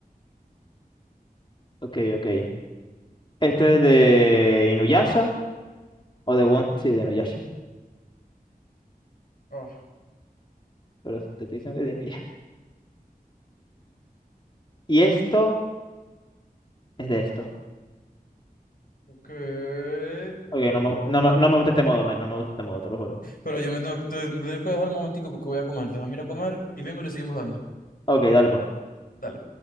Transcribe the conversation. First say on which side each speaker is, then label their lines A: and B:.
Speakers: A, on the left; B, on the left.
A: Ok, ok. Esto es de Inuyasha o de One. Sí, de Inuyasha.
B: Ah,
A: Pero te estoy diciendo que es de Inuyasha. Y esto es de esto.
B: ¿qué?
A: Ok,
B: Bro.
A: no me, no me, no me gusta este modo, men. No me gusta este modo, te lo juro.
B: Pero yo me tengo, te- me tengo que dejar un momentico porque voy a comer. Déjame ir a comer y vengo y le seguimos dando.
A: Ok, dale pues.
B: Dale.